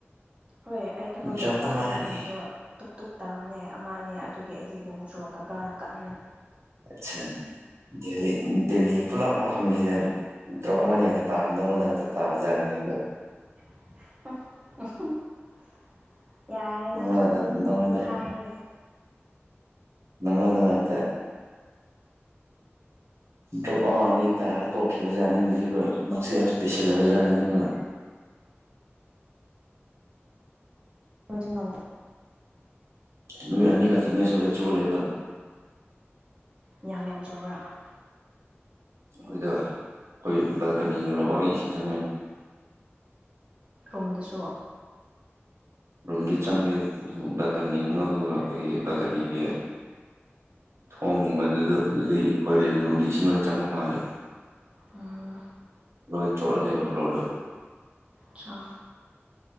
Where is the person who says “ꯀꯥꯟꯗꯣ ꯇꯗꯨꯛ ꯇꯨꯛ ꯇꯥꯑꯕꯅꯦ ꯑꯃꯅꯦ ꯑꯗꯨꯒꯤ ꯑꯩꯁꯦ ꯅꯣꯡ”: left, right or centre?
Right